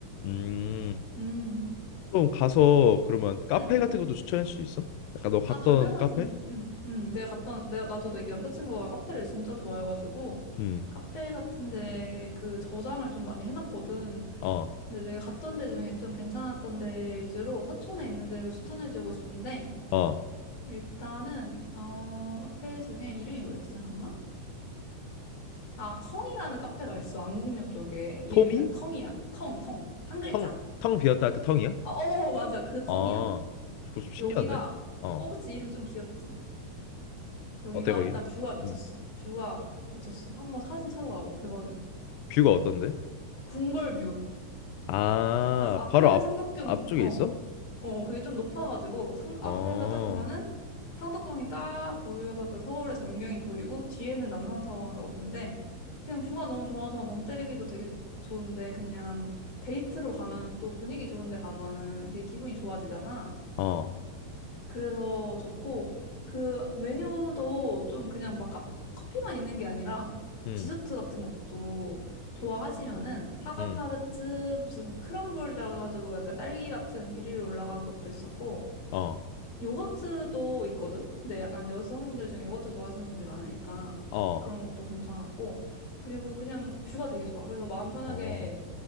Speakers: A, on the left; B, on the left.
A: 음.
B: 음,
A: 좀 가서 그러면 카페
B: 음.
A: 같은 것도 추천할 수 있어? 약간 너 갔던
B: 아, 당연하지.
A: 카페?
B: 음, 음. 내가 갔던, 내가, 나도 내 남자친구가 카페를 진짜 좋아해가지고,
A: 음.
B: 카페 같은데 그 저장을 좀 많이 해놨거든.
A: 어.
B: 근데 내가 갔던 데 중에 좀 괜찮았던 데 위주로 서촌에 있는 데로 추천해주고 싶은데,
A: 어.
B: 일단은 어 카페 중에 이름이 뭐였지? 잠깐만. 아 텅이라는 카페가 있어. 안국역 쪽에 이름이
A: 토미?
B: 그냥 텅이야. 텅, 텅. 한 글자.
A: 텅, 텅 비었다 할 때 텅이야?
B: 어, 어 <laughs> 맞아. 그 텅이야.
A: 어. 그거 좀 신기한데?
B: 여기가
A: 어.
B: 어 그치 이름 좀 귀엽지. 여기가
A: 어때 거기?
B: 일단 뷰가 미쳤어.
A: 음.
B: 뷰가 미쳤어. 한번 사진 찾아봐봐. 대박이야.
A: 뷰가 어떤데?
B: 궁궐뷰.
A: 아,
B: 아, 앞에는
A: 바로 앞
B: 상덕궁.
A: 앞쪽에
B: 어.
A: 있어?
B: 어, 그게 좀 높아가지고 상 앞에가
A: 어.
B: 딱 보면은 상덕궁이 딱 보여서 그 서울의 전경이 보이고 뒤에는 남산타워 뷰인데 그냥 뷰가 너무 좋아서 멍 때리기도 되게 좋 좋은데 그냥 데이트로 가면 또 분위기 좋은데 가면은 되게 기분이 좋아지잖아.
A: 어.
B: 그래서 좋고 그 메뉴도 좀 그냥 막 카- 커피만 있는 게 아니라
A: 음.
B: 디저트 같은 것도 좋아하시면은 사과
A: 음.
B: 타르트 무슨 크럼블이라 해가지고 약간 딸기 같은 베리로 올라가는 것도 있었고
A: 어.
B: 요거트도 있거든? 근데 약간 여성분들 중에 요거트 좋아하시는 분들 많으니까
A: 어.
B: 그런 것도 괜찮았고. 그리고 그냥 뷰가 되게 좋아. 그래서 마음 편하게
A: 어.